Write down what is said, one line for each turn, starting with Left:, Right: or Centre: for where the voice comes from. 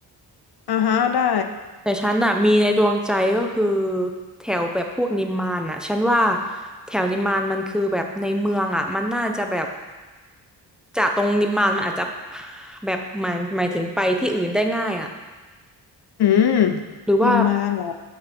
Left: อ่าฮะได้
Centre: แต่ฉันน่ะมีในดวงใจก็คือแถวแบบพวกนิมมานน่ะฉันว่าแถวนิมมานมันคือแบบในเมืองอ่ะมันน่าจะแบบจากตรงนิมมานมันอาจจะแบบหมายหมายถึงไปที่อื่นได้ง่ายอ่ะ
Left: อืม
Centre: หรือว่า
Left: นิมมานเหรอ